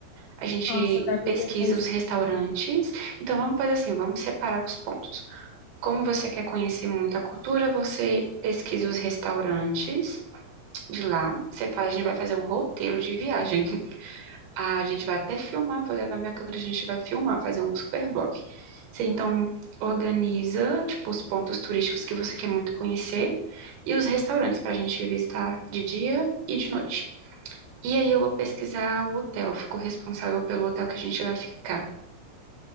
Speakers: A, on the right (about 65°); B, on the left (about 85°).
A: a gente
B: Nossa, deve
A: pesquisa
B: ter mesmo.
A: os restaurantes. Então vamos fazer assim, vamos separar os pontos. Como você quer conhecer muito a cultura, você pesquisa os restaurantes de lá. Você faz, a gente vai fazer um roteiro de viagem. <laughs> A gente vai até filmar, vou levar minha câmera, a gente vai filmar, fazer um super vlog. Você então organiza, tipo, os pontos turísticos que você quer muito conhecer e os restaurantes para a gente visitar de dia e de noite. E aí eu vou pesquisar o hotel, fico responsável pelo hotel que a gente vai ficar.